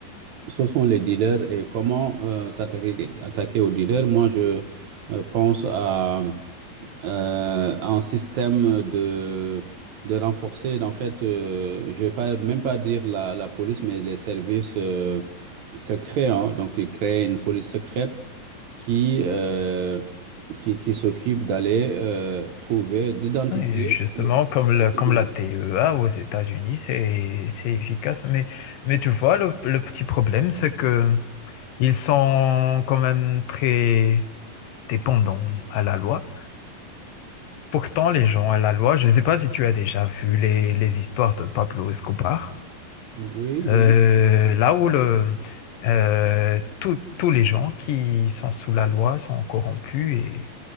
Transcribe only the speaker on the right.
ce sont les dealers et comment euh, s'attaquer attaquer aux dealers. Moi, je euh, pense à, euh, un système de de renforcer. En fait, euh, je vais pas même pas dire la, la police, mais les services euh, secrets. hein. Donc, créer une police secrète qui, euh, qui, qui s'occupe d'aller euh, trouver, d'identifier
le-
les criminels.
Oui,
oui,